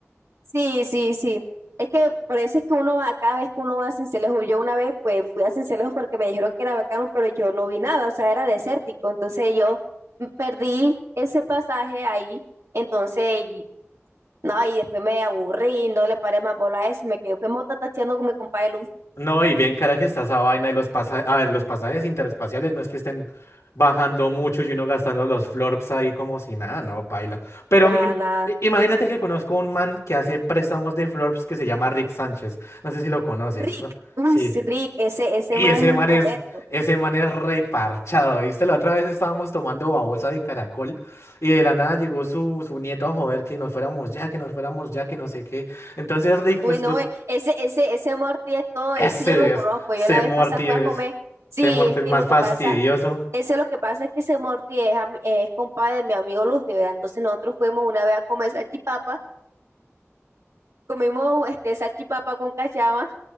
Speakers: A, on the right; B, on the left.
A: Sí, sí, sí. Es que por eso es que uno va, cada vez que uno va a Sincelejo, yo una vez pues fui a Sincelejo porque me dijeron que era bacano, pero yo no vi nada, o sea, era desértico. Entonces yo perdí ese pasaje ahí, entonces, y- no, y después me aburrí, no le paré más bola a eso, me quedé fue mota tacheando con mi compadre Luz.
B: No, y bien cara que está esa vaina y los pasajes, a ver, los pasajes interespaciales no es que estén bajando mucho y uno gastando los florps ahí como si nada, no, paila. Pero
A: Nada,
B: mi- im-
A: nada.
B: i- imagínate que conozco un man que hace préstamos de florps que se llama Rick Sánchez. No sé si lo conoces,
A: Rick,
B: ¿no?
A: uy,
B: Sí.
A: sí, Rick, ese, ese
B: Y
A: más
B: ese
A: es un
B: man
A: coleto.
B: es, ese man es reparchado, ¿viste? La otra vez estábamos tomando babosa de caracol y de la nada llegó su, su nieto a joder que nos fuéramos ya, que nos fuéramos ya, que no sé qué. Entonces, Rick,
A: Uy,
B: pues
A: no,
B: tú,
A: e- ese, ese, ese Morty es todo,
B: ese
A: ese yo lo conozco,
B: es,
A: yo
B: ese
A: la vez
B: Morty
A: pasada fui
B: es,
A: a comer. Sí,
B: ese
A: es
B: es
A: que
B: más
A: lo que
B: fastidioso.
A: pasa. Eso es lo que pasa es que ese Morty es, ami- es compadre de mi amigo Luffy, ¿verdad? Entonces nosotros fuimos una vez a comer salchipapa, comimos este salchipapa con cachama,